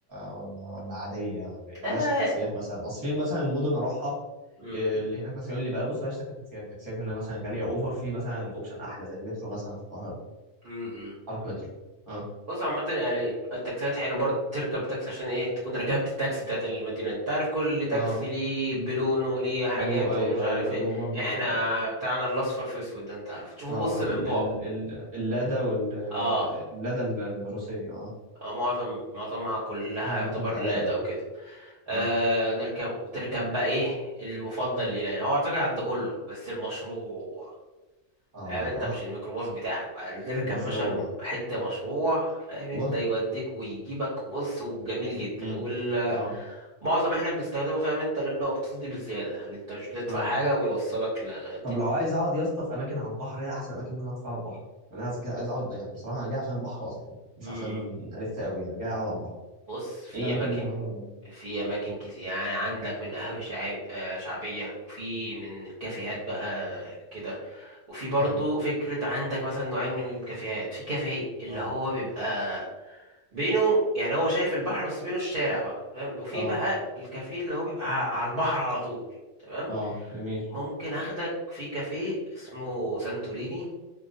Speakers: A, on the right (about 20°); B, on the right (about 50°).
A: ولا ولا عاديه ولا إيه؟ بلاش
B: اه
A: تاكسيات مثلا اصل في مثلا مدن اروحها
B: مم.
A: إيه، اللي هناك مثلا يقول لي بقى بص بلاش تركب تاكسيات التاكسيات هنا مثلا غاليه اوفر في مثلا اوبشن احلى زي المترو مثلا في القاهره
B: مم.
A: حرك مترو اه
B: بص عامة يعني التاكسيات حلو برضه تركب تاكسي عشان ايه تكون ركبت التاكسي بتاعت المدينة انت عارف كل تاكسي
A: اه
B: ليه بلونه ليه حاجاته
A: لو ايوه
B: ومش عارف
A: ايوه لو
B: ايه
A: برضو
B: احنا
A: اه
B: بتاعنا الاصفر في اسود ده انت عارف تشوفه
A: اه
B: بص من
A: ال
B: بعد
A: ال ال اللادا وال
B: اه
A: اللادا ال- الروسيه اه
B: اه معظم معظمها كلها
A: عربيتها
B: يعتبر لاد
A: الادا اه
B: او كده آه
A: اه
B: نركبه تركب بقى ايه المفضل ليه يعني هو اعتقد عند كله بس المشروع
A: اه
B: فاهم انت مش الميكروباص بتاعك بقى تركب
A: مشروع
B: باشا حتة مشروع فاهم انت
A: ايوه
B: يوديك ويجيبك بص وجميل جدا
A: امم
B: وال
A: اه
B: معظم احنا بنستخدمه فاهم انت لانه اقتصادي بزياده يعني انت مش بتدفع
A: اه
B: حاجه وبيوصلك للدنيا
A: طب لو عايز اقعد يا اسطى في اماكن على البحر هي احسن اماكن ممكن اقعد فيها على البحر يعني انا عايز عايز اقعد يعني بصراحه انا جاي عشان البحر اصلا مش
B: امم
A: عشان الف قوي انا جاي اقعد على البحر
B: بص في
A: ايه الاماكن
B: اماكن
A: اللي ممكن اقعد على البحر
B: في اماكن كتير يعني عندك من قهاوي شعاب- آه، شعبيه وفي من كافيهات بقى كده وفي برضو
A: جامد
B: فكرة عندك مثلا نوعين من الكافيهات في كافيه اللي
A: اه
B: هو بيبقى بينه يعني هو شايف البحر بس بينه الشارع بقى فاهم وفي
A: اه
B: بقى الكافيه اللي هو بيبقى ع- على البحر على طول تمام
A: اه جميل
B: ممكن اخدك في كافيه اسمه سانتوريني